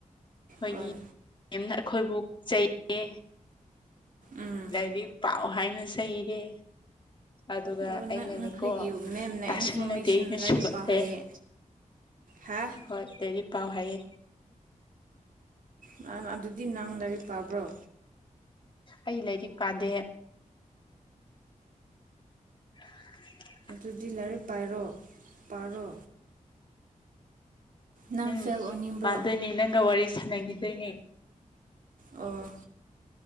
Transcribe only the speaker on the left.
ꯈꯣꯏꯒꯤ
<unintelligible> ꯑꯩꯈꯣꯏꯕꯨ ꯆꯩꯌꯦ
ꯂꯥꯏꯔꯤꯛ ꯄꯥꯎ ꯍꯥꯏꯅ ꯆꯩꯔꯦ ꯑꯗꯨꯒ
ꯑꯩꯅꯅꯦꯀꯣ
ꯇꯥꯁꯟꯅꯗꯦ
ꯑꯩꯅ
ꯁꯨꯒꯠꯂꯦ
ꯍꯣꯏ ꯂꯔꯤꯛ ꯄꯥꯎ ꯍꯥꯏꯌꯦ
ꯑꯩ ꯂꯩꯔꯤꯛ ꯀꯥꯗꯦ <unintelligible>
ꯎꯝ
ꯄꯥꯗꯣꯏꯅꯦ ꯅꯪꯒ ꯋꯥꯔꯤ ꯁꯥꯟꯅꯒꯤꯗꯣꯏꯅꯦ